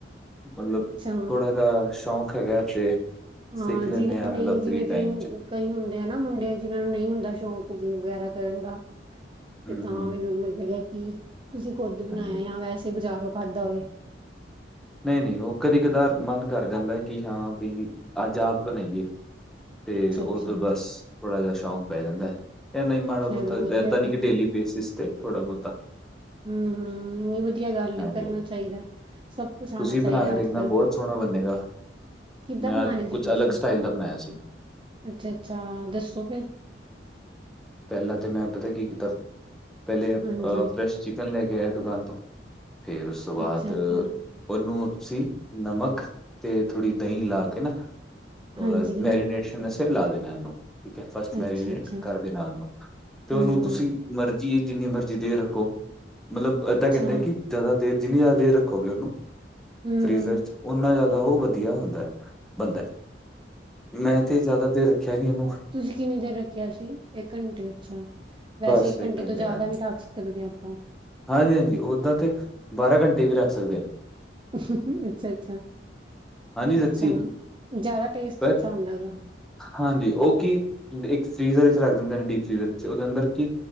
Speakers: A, in the centre; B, on the right (about 30°).
A: ਮਤਲਬ
B: ਅੱਛਾ
A: ਥੋੜਾ ਜਾ ਸ਼ੌਂਕ ਹੈਗਾ ਤੇ
B: ਹਾਂ
A: ਸਿੱਖ ਲੈਂਣੇ
B: ਜਿਵੇਂ
A: ਆ, ਮਤਲਬ
B: ਨਹੀਂ ਜਿਵੇਂ
A: ਫ੍ਰਰੀ ਟਾਈਮ
B: ਕਈ
A: ਚ।
B: ਕਈ ਹੁੰਦੇ ਆ ਨਾ ਮੁੰਡੇ ਜਿਨਾਂ ਨੂੰ ਨਈ ਹੁੰਦਾ ਸ਼ੌਕ ਕੁਕਿੰਗ ਵਗੈਰਾ ਕਰਨ ਦਾ। ਤੇ
A: ਹਮ
B: ਤਾਂ
A: ਹਮ
B: ਮੈਨੂੰ ਮਲ ਲਗਿਆ ਕਿ ਤੁਸੀਂ ਖੁੱਦ ਬਣਾਇਆ
A: ਹਾਂਜੀ ਹਾਂਜੀ।
B: ਜਾਂ ਵੈਸੇ ਬਜ਼ਾਰੋਂ ਖਾਧਾ ਹੋਏ।
A: ਨਈ-ਨਈ ਓ ਕਦੀ ਕਦਾਰ ਮਨ ਕਰ ਜਾਂਦਾ ਕਿ ਹਾਂ ਬਈ ਅੱਜ ਆਪ ਬਣਾਈਏ। ਤੇ
B: ਅੱਛਾ ਅੱਛਾ
A: ਓਦੋ ਬਸ ਥੋੜਾ ਜਿਆ ਸ਼ੌਕ ਪੈ ਜਾਂਦੈ। ਐ ਨਈ ਮਾੜਾ
B: ਚਲੋ
A: ਬੋਤਾ
B: ਵਧੀਆ
A: ਐਦਾ
B: ਗੱਲ
A: ਨਈ ਕਿ ਡੇਲੀ ਬੇਸਿਸ ਤੇ ਥੋੜਾ ਬੋਤ।
B: ਹਮ-ਹਮ ਨੀ ਵਧੀਆ ਗੱਲ
A: ਹਾਂਜੀ।
B: ਏ, ਕਰਨਾ ਚਾਈਦੈ। ਸਭ ਕੁੱਛ ਆਣਾ
A: ਤੁਸੀਂ
B: ਚਾਈਦੈ
A: ਬਣਾ ਕੇ ਦੇਖਣਾ
B: ਅੱਜ-ਕੱਲ।
A: ਬਹੁਤ ਸੋਹਣਾ ਬਣੇਗਾ
B: ਕਿਦਾਂ
A: ਮੈਂ
B: ਬਣਾਇਆ
A: ਅੱਜ
B: ਸੀ
A: ਕੁਛ
B: ਤੁਸੀ?
A: ਅਲੱਗ ਸਟਾਈਲ ਦਾ ਬਣਾਇਆ ਸੀ।
B: ਅੱਛਾ-ਅੱਛਾ ਦੱਸੋ ਫੇਰ!
A: ਪਹਿਲਾ ਤੇ ਮੈਂ ਪਤਾ ਕੀ ਕੀਤਾ, ਪੈਹਿਲੇ ਅ
B: ਹਾਂਜੀ
A: ਪ੍ਰੈਸ਼ ਚਿਕਨ ਲੈ ਕੇ ਆਇਆ ਦੁਕਾਨ ਤੋਂ, ਫੇਰ ਉਸ ਤੋ ਬਾਦ
B: ਅੱਛਾ-ਅੱਛਾ
A: ਉਹਨੂੰ ਅਸੀ ਨਮਕ ਤੇ ਥੋੜ੍ਹੀ ਦਹੀ ਲਾ ਕੇ ਨਾ ਅ
B: ਹਾਂਜੀ।
A: ਮੈਰੀਨੇਟ ਸ਼ਨ ਅਸੇ ਲਾ ਦੇਣਾ ਉਹਨੂੰ ਠੀਕ ਐ। ਫਸਟ ਮੈਰੀਨੇਟ
B: ਅੱਛਾ-ਅੱਛਾ
A: ਕਰ ਦੇਣਾ ਉਹਨੂੰ ਤੇ
B: ਹੂੰ-ਹੂੰ
A: ਉਹਨੂੰ ਤੁਸੀ ਮਰਜ਼ੀ ਏ ਜਿੰਨੀ ਮਰਜ਼ੀ ਦੇਰ ਰੱਖੋ, ਮਤਲਬ ਏਦਾ
B: ਅੱਛਾ
A: ਕੈਂਦੇ ਕਿ ਜਾਦਾ ਦੇਰ ਜਿੰਨੀ ਜਾਦਾ ਦੇਰ ਰੱਖੋਗੇ ਉਹਨੂੰ
B: ਹੂੰ-ਹੂੰ
A: ਫਰੀਜ਼ਰ ਚ, ਓਨਾ ਜਾਦਾ ਓ ਵਧੀਆ ਹੁੰਦੈ ਬੰਨਦੈ ਮੈਂ ਤੇ ਜਾਦਾ ਦੇਰ ਰੱਖਿਆ ਨੀ ਏਹਨੂੰ
B: ਤੁਸੀ ਕਿੰਨੀ ਦੇਰ ਰੱਖਿਆ ਸੀ? ਏਕ ਘੰਟੇ ਅੱਛਾ। ਵੈਸੇ
A: ਬਸ ਇੱਕ
B: ਘੰਟੇ ਤੋਂ ਜ਼ਿਆਦਾ
A: ਹਾਂਜੀ
B: ਵੀ ਰੱਖ ਸਕਦੇ ਹਾਂ ਆਪਾਂ।
A: ਹਾਂਜੀ- ਹਾਂਜੀ ਓਦਾਂ ਤੇ ਬਾਰਾਂ ਘੰਟੇ ਵੀ ਰੱਖ ਸਕਦੇ ਹਾਂ।
B: ਅੱਛਾ- ਅੱਛਾ
A: ਹਾਂਜੀ
B: -ਅੱਛਾ
A: ਸੱਚੀ
B: ਜ਼ਿਆਦਾ ਟੇਸਟ
A: ਪਰ
B: ਅੱਛਾ ਆਉਂਦਾ ਗਾ।
A: ਹਾਂਜੀ, ਉਹ ਕੀ ਇੱਕ ਫਰੀਜ਼ਰ ਵਿੱਚ ਰੱਖ ਦਿੰਦੇ ਨੇ ਡੀਪ ਫੀਜ਼ਰ ਵਿੱਚ ਉਹਦੇ ਅੰਦਰ ਕੀ